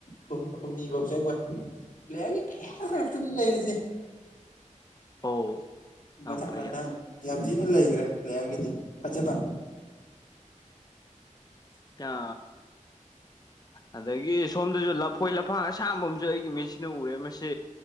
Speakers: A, on the left; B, on the left.
A: ꯍꯨꯝ ꯍꯨꯝꯅꯤ ꯕꯥꯎ ꯆꯪꯉꯣꯏ ꯄ꯭ꯂꯦꯌ꯭ꯔꯒꯤ ꯄ꯭ꯂꯦꯌ꯭ꯔ ꯉꯥꯛꯇꯅꯤ ꯂꯩꯔꯤꯖꯦ
B: ꯑꯧ ꯌꯥꯝ
A: ꯃꯊꯪ
B: ꯐꯩ
A: ꯃꯊꯪ
B: ꯌꯥꯝ
A: ꯌꯥꯝ ꯊꯤꯅ ꯂꯩꯒ꯭ꯔꯦ ꯄ꯭ꯂꯦꯌꯥ꯭ꯔꯒꯤꯗꯤ ꯐꯖꯗ
B: ꯌꯥ ꯑꯗꯒꯤ ꯁꯣꯝꯗꯁꯨ ꯂꯐꯣꯏ ꯂꯐꯥꯡ ꯑꯁꯥꯡꯕ ꯑꯃꯁꯨ ꯑꯩꯒꯤ ꯃꯤꯠꯁꯤꯅ ꯎꯔꯦ ꯃꯁꯤ